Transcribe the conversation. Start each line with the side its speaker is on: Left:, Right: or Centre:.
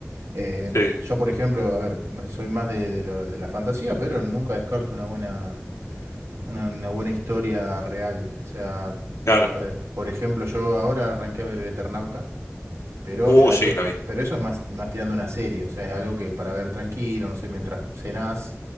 Right: Eh,
Left: sí,
Right: yo, por ejemplo, a ver, m- soy más de, de lo- de la fantasía, pero nunca descarto una buena, una, una buena historia real. O sea,
Left: claro.
Right: a ver, por ejemplo, yo ahora arranqué a ver El Eternauta. Pero
Left: Uh,
Right: ya
Left: sí,
Right: eso,
Left: la vi.
Right: pero eso es más, más tirando una serie, o sea, es algo que para ver tranquilo, no sé, mientras cenás,